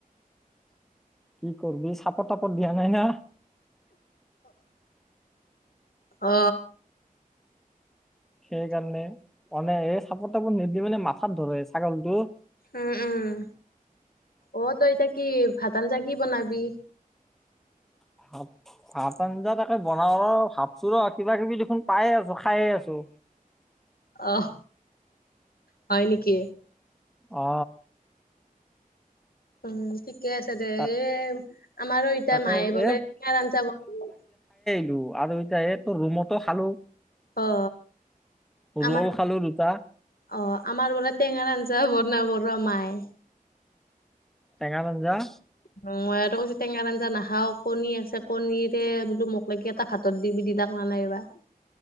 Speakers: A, in the centre; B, on the left.
A: কি কৰবি চাপৰ তাপৰ দিয়া নাই না।
B: অঁ।
A: সেইকাৰণে মানে এই চাপৰ তাপৰ নিদি মানে মাথাত ধৰে ছাগলটোই।
B: উম, উম। অ, তই এইটা কি ভাত আঞ্জা কি বনাবি?
A: ভাত, ভাত আঞ্জা তাকে বনাওঁ ৰ। ভাবছো ৰ কিবা কিবি দেখোন পাই আছো। খাইয়ে আছো।
B: অহ, হয় নেকি?
A: অ
B: উম। ঠিকে আছে দে।
A: তাক
B: এ এই আমাৰো ইত্য়া
A: তাকে
B: মায়ে বোলে
A: এ
B: টেঙা আঞ্জা বনবো।
A: টো আৰু এতিয়া এই তো ৰুমতো খালো।
B: অ অ,
A: ৰল
B: আমাৰ,
A: খালো দুটা
B: অ আমাৰ বোলে টেঙাৰ আঞ্জা এতিয়া বনাব ৰ মায়ে।
A: টেঙাৰ আঞ্জা।
B: উম মই আৰু কৈছো টেঙাৰ আঞ্জা নাখাও, কণী আছে কণীৰে বোলো মোক লেগি এটা ভাতত দিবি দিলাক নাইবা